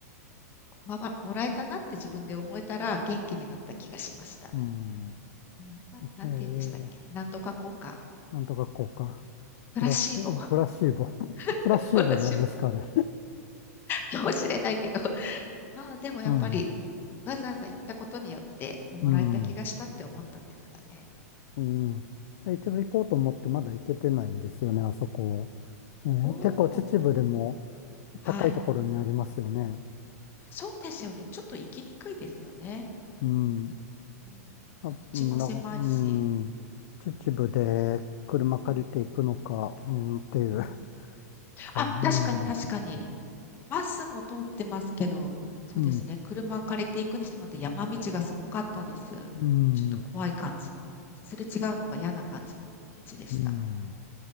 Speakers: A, on the left; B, on the left.
A: まあまあ、もらえたなって自分で思えたら元気になった気がしました。
B: うん。
A: うん、あなんて言うんでしたっけなんとか効果。
B: ええ、なんとか効果。
A: プラシーボ。
B: プラス、プラシーボ。<laughs>
A: <laughs>
B: プラシーボなんですか、
A: プラシーボ
B: あれ。
A: かもしれないけど、あ、でもやっぱり、
B: うん、
A: わざわざ行ったことによって、あ、もらえた気がしたって思ったんですかね。
B: うん、うん。え一度行こうと思ってまだ行けてないんですよね、あそこ。ええ、
A: おお、
B: 結構秩父でも
A: はい。
B: 高いところにありますよね。
A: そうですよね。ちょっと行きにくいですよね。
B: うん。
A: うん、
B: あ、
A: 道も狭いし。
B: うんなんか、うん。秩父で車借りていくのか、
A: うん、うん、
B: うん、っていう。
A: うん。
B: か、
A: あ、
B: なるなる。
A: 確かに確かに。バスも通ってますけど、そうですね。
B: うん、
A: 車を借りていくにしても、また山道がすごかったです。
B: うん、
A: ちょっと怖い感じの、すれ違うのが嫌な感じの道でした。
B: うん、